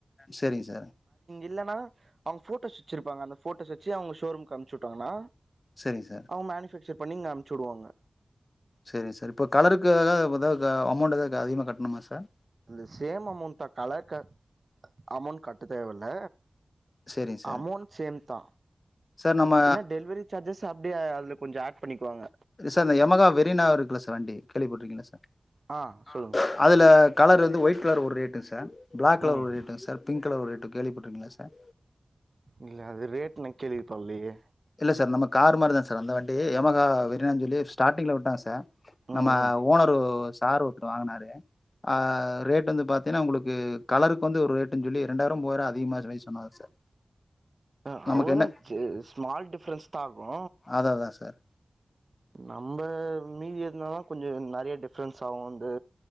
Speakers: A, on the left; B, on the right.
A: செரிங்க சார்
B: இல்லனா அவங்க போட்டோஸ் வச்சிருப்பாங்க அந்த போட்டோஸ் வச்சு அவங்க ஷோரூக்கு அம்ச்வுட்டர்லா
A: சரிங்க சார்
B: அவங்க மேனுஃபேக்சர் பண்ணி இங்க அம்ச்சு வுடுவாங்க
A: செரிங்க சார் இப்போ கலருக்கு ஏதாவது ஏத அமௌண்ட் ஏதாவது அதிகமாக கட்ணுமா சார்
B: இது சேம் அமௌண்த கலர் க அமௌண்ட் கட்ட தேவ இல்ல
A: சரிங்க சார்
B: அமௌண்ட் சேம் தா
A: சார் நம்ம
B: என்ன டெலிவரி சார்ஜஸ் அப்டி கொஞ்சோ ஆட் பண்ணிக்குவாங்க
A: சார் யமகா வெரினா இருக்குல்ல சார் வண்டி கேள்விப்பட்டிருக்கீங்களா சார்
B: ஆ
A: அ
B: சொல்லுங்க
A: அதுல கலர் வந்து ஒயிட் கலர் ஒரு ரேட்டு சார் பிளாக் கலர்
B: ம்
A: ஒரு ரேட்டுங்க சார் பிங்க் கலர் ஒரு ரேட்டு கேள்விப்பட்டுருங்களா சார்
B: இல்ல அது ரேட் கேள்விப்பல்லேயே
A: இல்ல சார் நம்ம கார் மாரி தா சார் அந்த வண்டி எமாகா வெரினானு சொல்லி ஸ்டாடிங்ல விட்டாங்க சார்
B: ம்
A: நம்ம
B: ம்
A: ஓனர்ரு சார் ஒருத்த வாங்கனாரு ஆஹ் ரேட்டு வந்து பாத்தீன்னா உங்ளுக்கு கலருக்கு வந்து ஒரு ரேட்னு சொல்லி ரெண்டாயிரோ மூவாயிரம் அதிகமா சொன்னாங்க சார் <inaudible>
B: ஹ
A: நமக்கு
B: அவ்ளோதா
A: என்ன
B: ஸ்மால் டிஃரென்ஸ் தா ஆகு
A: அதான் அதான் சார்
B: நம்ப மீதி இருந்தாத கொஞ்சோ நெறைய டிஃப்ரன்ஸ் ஆகு வந்து